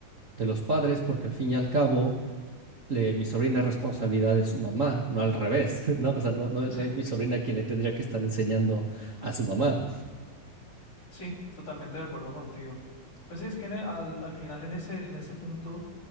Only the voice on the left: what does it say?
sí.
Sí, totalmente de acuerdo contigo. Pues sí, es que en e- al, al final en ese, en ese punto